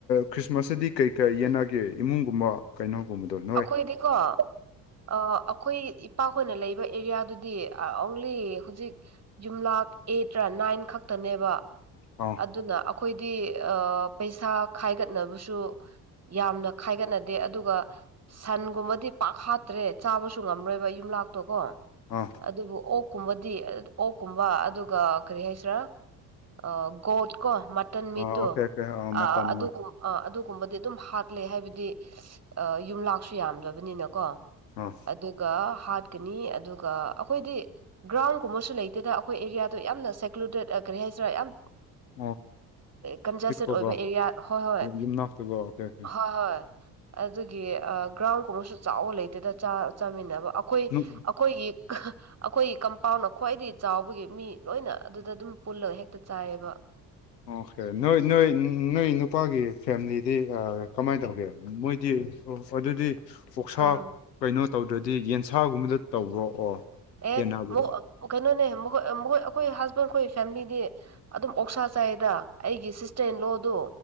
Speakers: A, on the left; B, on the right.
A: ꯈ꯭ꯔꯤꯁꯃꯥꯁꯇꯗꯤ ꯀꯩ ꯀꯩ ꯌꯦꯅꯒꯦ ꯏꯃꯨꯡꯒꯨꯝꯕ ꯀꯩꯅꯣꯒꯨꯝꯕꯗꯣꯅꯤ
B: ꯑꯩꯈꯣꯏꯗꯤꯀꯣ ꯑꯩꯈꯣꯏ ꯏꯄꯥꯛꯈꯣꯏꯅ ꯂꯩꯕ ꯑꯦꯔꯤꯌꯥꯗꯨꯗꯤ ꯑꯣꯡꯂꯤ ꯍꯧꯖꯤꯛ ꯌꯨꯝꯂꯛ ꯑꯩꯠ꯭ꯔ ꯅꯥꯏꯟ ꯈꯛꯇꯅꯦꯕ
A: ꯑꯣ
B: ꯑꯗꯨꯅ ꯑꯩꯈꯣꯏꯗꯤ ꯄꯩꯁꯥ ꯈꯥꯏꯒꯠꯅꯕꯁꯨ ꯌꯥꯝꯅ ꯈꯥꯏꯒꯠꯅꯗꯦ ꯑꯗꯨꯒ ꯁꯟꯒꯨꯝꯕꯗꯤ ꯄꯥꯛ ꯍꯥꯠꯇ꯭ꯔꯦ ꯆꯥꯕꯁꯨ ꯉꯝꯂꯣꯏꯕ ꯌꯨꯝꯂꯥꯛꯇꯣ ꯀꯣ
A: ꯑꯥ
B: ꯑꯗꯨꯕꯨ ꯑꯣꯛꯀꯨꯝꯕꯗꯤ ꯑꯣꯛꯀꯨꯝꯕ ꯑꯗꯨꯒ ꯀꯔꯤ ꯍꯥꯏꯁꯤꯔꯥ ꯑ ꯒꯣꯠ ꯀꯣ ꯃꯇꯟ ꯃꯤꯠꯇꯨ
A: ꯑꯥ ꯑꯣꯀꯦ ꯑꯣꯀꯦ ꯑꯥ ꯃꯇꯝ
B: ꯑ ꯑꯗꯨꯒꯨꯝ ꯑꯥ ꯑꯗꯨꯒꯨꯝꯕꯗꯤ ꯑꯗꯨꯝ ꯍꯥꯠꯂꯦ ꯍꯥꯏꯕꯗꯤ ꯌꯨꯝ ꯂꯥꯛꯁꯨ ꯌꯥꯝꯗꯕꯅꯤꯅꯀꯣ
A: ꯑꯥ
B: ꯑꯗꯨꯒ ꯍꯥꯠꯀꯅꯤ ꯑꯗꯨꯒ ꯑꯩꯈꯣꯏꯗꯤ ꯒ꯭ꯔꯥꯎꯟꯒꯨꯝꯕꯁꯨ ꯂꯩꯇꯦꯗ ꯑꯩꯈꯣꯏ ꯑꯦꯔꯤꯌꯥꯗꯣ ꯌꯥꯝꯅ ꯁꯦꯀ꯭ꯂꯨꯗꯦꯠ ꯀꯔꯤ ꯍꯥꯏꯁꯤꯔꯥ ꯌꯥꯝ
A: <inaudible>
B: ꯀꯟꯖꯦꯁꯇꯦꯠ
A: ꯄꯤꯛꯄꯀꯣ
B: ꯑꯣꯏꯕ ꯑꯦꯔꯤꯌꯥ ꯍꯣꯏ ꯍꯣꯏ
A: ꯌꯨꯝꯅꯥꯛꯇꯨꯒ ꯑꯣꯀꯦ ꯑꯣꯀꯦ
B: ꯍꯣꯏ ꯍꯣꯏ ꯑꯗꯨꯒꯤ ꯒ꯭ꯔꯥꯎꯟ ꯀꯨꯝꯕꯁꯨ ꯆꯥꯎꯕ ꯂꯩꯇꯦꯗ ꯆꯥꯃꯤꯟꯅꯕ ꯑꯩꯈꯣꯏ
A: ꯅꯨ-
B: ꯑꯩꯈꯣꯏꯒꯤ ꯑꯩꯈꯣꯏ ꯀꯝꯄꯥꯎꯟꯅ ꯈ꯭ꯋꯥꯏꯗꯒꯤ ꯆꯥꯎꯕꯒꯤ ꯃꯤ ꯂꯣꯏꯅ ꯑꯗꯨꯗ ꯑꯗꯨꯝ ꯄꯨꯜꯂꯒ ꯍꯦꯛꯇ ꯆꯥꯏꯑꯕ
A: ꯑꯣꯀꯦ ꯅꯣꯏ ꯅꯣꯏ ꯅꯣꯏ ꯅꯨꯄꯥꯒꯤ ꯐꯦꯃꯤꯂꯤꯗꯤ ꯀꯃꯥꯏꯅ ꯇꯧꯒꯦ ꯃꯣꯏꯗꯤ ꯑꯣ ꯑꯗꯨꯗꯤ ꯑꯣꯛꯁꯥ
B: ꯑꯥ
A: ꯀꯩꯅꯣ ꯇꯧꯗ꯭ꯔꯗꯤ ꯌꯦꯟꯁꯥꯒꯨꯝꯕꯗ ꯇꯧꯕ꯭ꯔꯣ ꯑꯣ
B: ꯑꯦ
A: ꯌꯦꯟꯅꯕꯗꯣ
B: ꯀꯩꯅꯣꯅꯦ ꯃꯈꯣꯏ ꯃꯈꯣꯏ ꯑꯩꯈꯣꯏ ꯍꯁꯕꯦꯟ ꯑꯩꯈꯣꯏ ꯐꯦꯃꯤꯂꯤꯗꯤ ꯑꯗꯨꯝ ꯑꯣꯛꯁꯥ ꯆꯥꯏꯗ ꯑꯩꯒꯤ ꯁꯤꯁꯇꯔꯟ ꯂꯣꯗꯣ